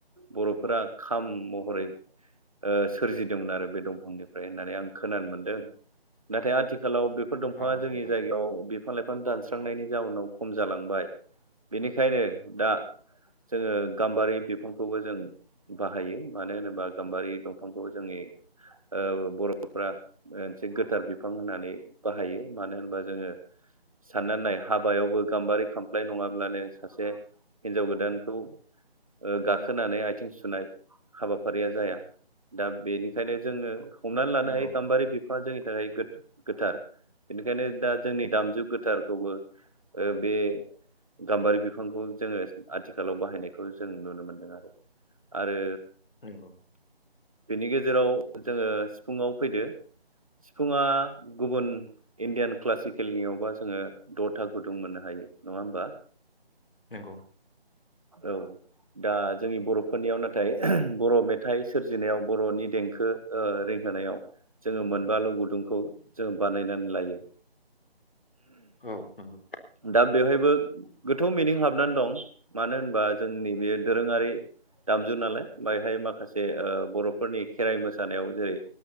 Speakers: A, on the right (about 35°); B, on the left (about 60°).
A: बर'फोरा खाम महरै सोरजिदोंमोन ओ आरो बे दंफांजों। ओमफ्राय होननानै आं खोनानो मोनदों नाथाय आथि खालाव बेफोर दंफाङा
B: औ
A: जोंनि
B: औ नंगौ
A: जायगायाव बिफां लाइफां दानस्रांनायनि जाउनाव खम जालांबाय। बेनिखायनो दा जोङो गाम्बारि बिफांखौबो जों बाहायो। मानो होनोबा गाम्बारि दंफांखौ जोंनि ओ बर'फ्रा मोनसे गोथार बिफां होननानै बाहायो। मानो होनबा जोङो साननानै नाय हाबायावबो गाम्बारि खामफ्लाय नङाब्लानो सासे हिनजाव गोदानखौ ओ गाखोनानै आथिं सुनाय हाबाफारिया जाया। दा बेनिखायनो जोङो हमनानै लानो
B: नंगौ
A: हायो गाम्बारि बिफाङा जोंनि थाखाय गो-गोथार। बेनिखायनो दा जोंनि दामजु गोथारखौबो ओ बे गाम्बारि बिफांखौ जोङो आथिखालाव बाहायनायखौ जों नुनो मोनदों आरो। आरो
B: नंगौ
A: बेनि गेजेराव जोङो सिफुङाव फैदो। सिफुङा गुबुन इणडियान क्लासिकेलनियावबा जोङो द'था गुदुं मोननो हायो नङा होमबा
B: नंगौ
A: औ दा जोंनि बर'फोरनियाव नाथाय बर' मेथाइ सोरजिनायाव बर'नि देंखो ओ रिंहोनायाव जोङो मोनबाल' गुदुंखौ जोङो बानायनानै लायो।
B: औ नंगौ
A: दा बेवहाय बो गोथौ मिनिं हाबनानै दं। मानो होनबा जोंनि बे दोरोङारि दामजु नालाय बायहाय माखासे बर'फोरनि खेराइ मोसानायाव जेरै